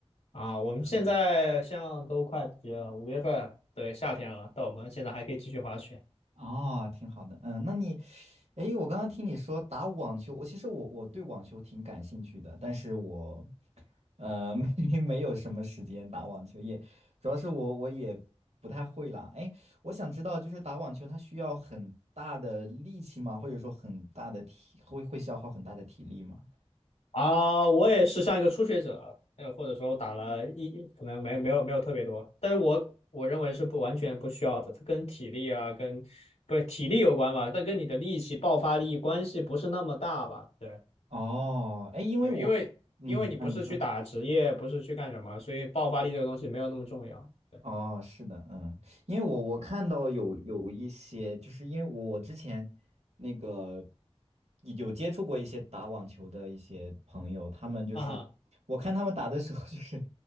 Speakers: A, on the left; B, on the right.
A: 啊，我们现在像都快毕业了五月份，
B: 嗯，
A: 对，夏天了，但我们现在还可以继续滑雪
B: 哦，挺好的。嗯，那你，诶，我刚刚听你说打网球，我其实我我对网球挺感兴趣的，但是我呃 <laughs> 没没有什么时间打网球，也主要是我我也不太会啦。诶，我想知道就是打网球它需要很大的力气吗？或者说很大的体会会消耗很大的体力吗？
A: 啊。我也是像一个初学者，呃，或者说打了一，可能没没有没有特别多，但是我我认为是不完全不需要的，它跟体力啊，跟不是体力有关吧，但跟你的力气、爆发力关系不是那么大吧？对。
B: 哦，哎，因为我，
A: 对，因为因为你不是去打职业，
B: 嗯，那你说，
A: 不是去干什么，所以爆发力这个东西没有那么重要。对
B: 哦，是的，嗯，因为我我看到有有一些，就是因为我我之前那个有接触过一些打网球的一些朋友，他们就是我看他们打的时候，
A: 啊哈，
B: 就是